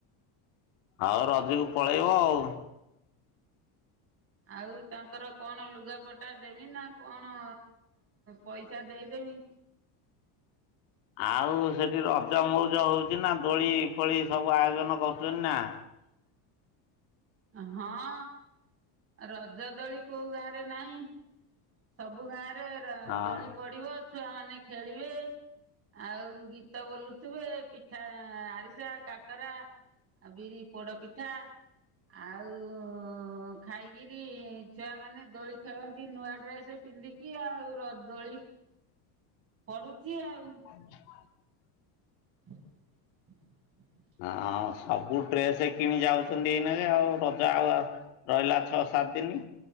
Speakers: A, on the left; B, on the right.
A: ଆଉ ରଜକୁ ପଳେଇବ ଆଉ।
B: ଆଉ ତାଙ୍କର କଣ ଲୁଗାପଟା ଦେମି ନା କଣ ପଇସା ଦେଇ ଦେମି?
A: ଆଉ ସେଠି ରଜ ମଉଜ ହଉଛି ନା ଦୋଳି ଫୋଳି ସବୁ ଆୟୋଜନ କରୁଛନ୍ତି ନା।
B: ହଁ ରଜ ଦୋଳି କୋଉ ଗାଁ ରେ ନାହିଁ। ସବୁ ଗାଁରେ
A: ହଁ।
B: ଦୋଳି ପଡିବ ଛୁଆ ମାନେ ଖେଳିବେ। ଆଉ ଗୀତ ବୋଲୁଥିବେ ପିଠା, ଆରିସା, କାକରା। ଆଉ ବିରି ପୋଡପିଠା ଆଉ ଖାଇକିରି ଛୁଆ ମାନେ ଦୋଳି ଖେଳନ୍ତି ନୂଆ ଡ୍ରେସ ପିନ୍ଧିକି ଆଉ ରଜ ଦୋଳି ପଡୁଛି ଆଉ
A: <inaudible>
B: <inaudible>
A: ହଉ ସବୁ ଡ୍ରେସ କିଣି ଯାଉଛନ୍ତି ଏଇନେରେ ଆଉ ରଜା ଆଉ ଆଉ ରହିଲା ଛଅ ସାତ ଦିନି